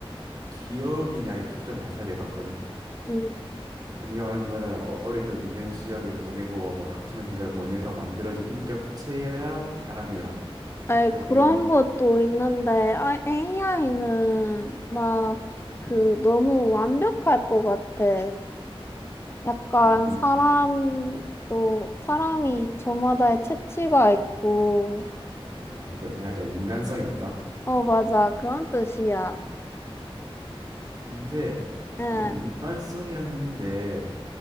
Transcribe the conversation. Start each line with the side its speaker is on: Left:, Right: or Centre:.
Right: 기억이냐에 초점 맞춰야 될 것 같거든.
Left: 음,
Right: 네가 말한 그거잖아. 어- 어릴 적 유년 시절을 보내고 뭐 학창 시절 보내서 만들어진 인격체여야 사람이다.
Left: 아니,
Right: 뭔가
Left: 그런
Right: 이런
Left: 것도 있는데 AI는 막 그 너무 완벽할 것 같아. 약간
Right: 음,
Left: 사람도 사람이 저마다의 체취가 있고
Right: 아, 이제 야자 인간성이 없다.
Left: 어 맞아 그런 뜻이야.
Right: 근데 솔직히
Left: 응,
Right: 이거 인간성이라 하는데